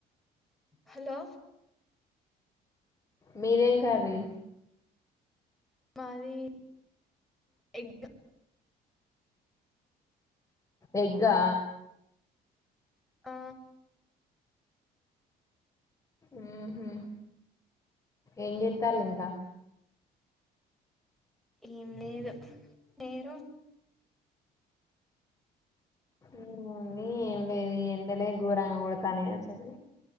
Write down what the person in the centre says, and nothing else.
హలో
మాది ఎగ్
ఆ
ఏం లేదు మీరు